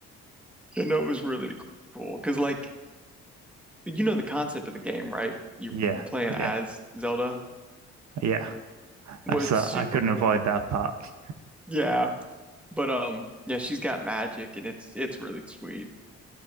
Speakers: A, in the centre; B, on the right.
A: know, it was really cool because like you know the concept of the game, right? You're
B: yeah,
A: playing
B: yeah,
A: as Zelda.
B: yeah.
A: Well,
B: I saw
A: it's super
B: I couldn't avoid
A: cool.
B: that part.
A: Yeah. But um yeah, she's got magic and it's it's really sweet.